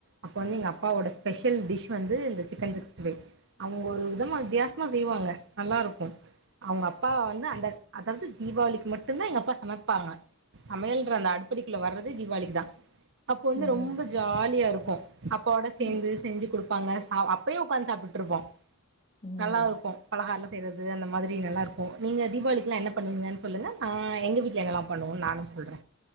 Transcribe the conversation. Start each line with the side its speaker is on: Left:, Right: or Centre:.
Right: அப்ப வந்து எங்க அப்பாவோட ஸ்பெஷல் டிஷ் வந்து இந்த சிக்கன் சிகஸ்டி ஃபைவ் அவுங்க ஒரு விதமா வித்தியாசமா செய்வாங்க நல்லாருக்கு அவுங்க அப்பா வந்து அந்த அதாவது தீபாவளிக்கு மட்டுந்தா எங்க அப்பா சமப்பாங்க சமையல்ன்ற அந்த அடுப்படிக்குள்ள வர்றதே தீபாளிக்குதா அப்போ வந்து
Left: ம்
Right: ரொம்ப ஜாலியாருக்கு அப்பாவோட சேந்து
Left: ம்
Right: செஞ்சு குடுப்பாங்க அ அப்பயு உக்காந்து சாப்டுட்ருப்போ
Left: ம்
Right: நல்லாருக்கு பலகாரெல்லா செய்யறது அந்த மாரி நல்லாருக்கு நீங்க தீபாவளிக்கெல்லா என்ன பண்ணுவீங்கன்னு சொல்லுங்க நா எங்க வீட்ல என்னெல்லா பண்ணுவோன்னு நானு சொல்ற